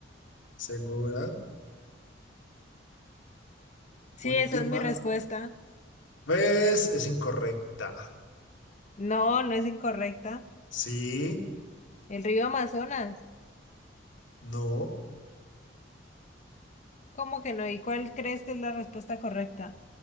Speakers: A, on the left (about 80°); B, on the left (about 40°).
A: segura.
B: Sí,
A: Última
B: esa es mi respuesta.
A: pues es incorrecta.
B: No, no es incorrecta.
A: Sí,
B: El río Amazonas.
A: no,
B: ¿Cómo que no? ¿Y cuál crees que es la respuesta correcta?